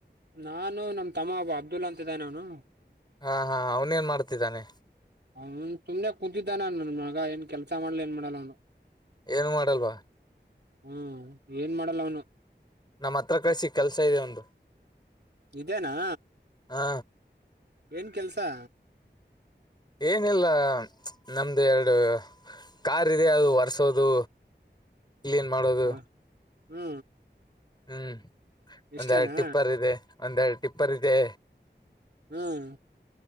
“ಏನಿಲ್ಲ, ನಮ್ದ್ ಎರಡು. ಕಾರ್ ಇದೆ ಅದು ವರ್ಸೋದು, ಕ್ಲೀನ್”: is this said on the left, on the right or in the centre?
Left